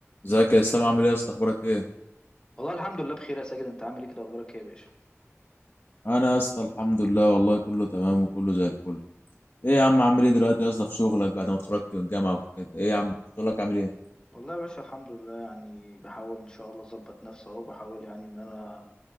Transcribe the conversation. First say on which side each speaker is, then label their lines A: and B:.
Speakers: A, on the left; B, on the left.
A: ازيك يا اسلام عامل ايه يا اسطى اخبارك ايه
B: والله الحمد لله بخير يا ساجد انت عامل ايه كده اخبارك ايه يا باشا
A: انا يا اسطى الحمد لله والله كله تمام وكله زي الفل ايه يا عم عامل ايه دلوقتي يا اسطى في شغلك بعد ما اتخرجت من الجامعه وكده ايه يا عم شغلك عامل ايه
B: والله يا باشا الحمد لله يعني بحاول ان شاء الله اظبط نفسي اهو بحاول يعني ان انا